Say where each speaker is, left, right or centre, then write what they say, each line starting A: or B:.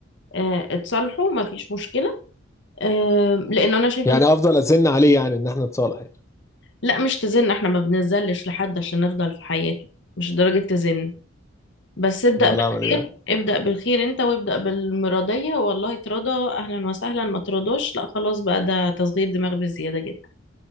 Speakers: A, on the left (about 65°); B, on the left (about 15°).
A: اه، اتصالحوا ما فيش مشكلة اه، لان انا شايفة
B: يعني
A: ان
B: افضل ازن عليه يعني ان احنا نتصالح يعني
A: لا مش تزن احنا ما بنزلش لحد عشان نفضل في حياته مش درجة تزن بس ابدأ
B: امال
A: بالخير
B: اعمل ايه بقى
A: ابدأ بالخير انت وابدأ بالمرضية والله ترضى اهلا وسهلا ما ترضاش لا خلاص بقى ده تصغير دماغ بزيادة جدا